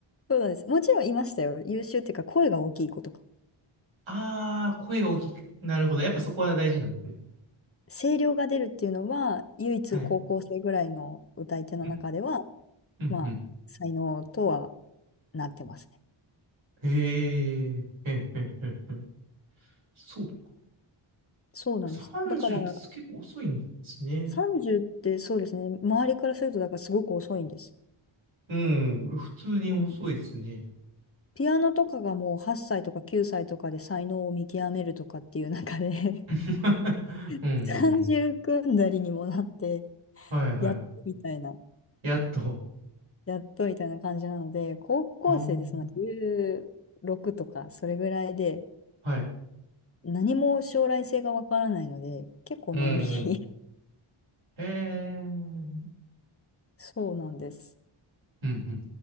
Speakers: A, on the left (about 25°); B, on the right (about 70°).
A: そうなんです。もちろんいましたよ。優秀っていうか、声が大きい子とか。
B: ああ、声が大きく。なるほど。やっぱそこは大事なんですね。
A: 声量が出るっていうのは、唯一高校生ぐらいの歌い手の中では、
B: はい。うん、うん、
A: まあ、
B: うん。
A: 才能とはなってますね。
B: へえ、へえ、へえ、へえ。へーそうか。
A: そうなんです。
B: 30って結構遅いんですね。
A: だから、30ってそうですね、周りからすると、だからすごく遅いんです。
B: うん、普通に遅いですね。
A: うん。ピアノとかがもう8歳とか9歳とかで才能を見極めるとかっていう中で
B: <laughs>
A: <laughs>
B: うん、うん、うん。
A: 30組んだりにもなって、
B: はい、はい。
A: やっとみたいな、
B: やっと。
A: やっとみたいな感じなので、高校生でその16とか、
B: ああ、
A: それぐらいで、
B: はい。
A: 何も将来性がわからないので、結構のんびり。
B: うん、うん。へえ、うん、
A: <laughs> そうなんです。
B: うん、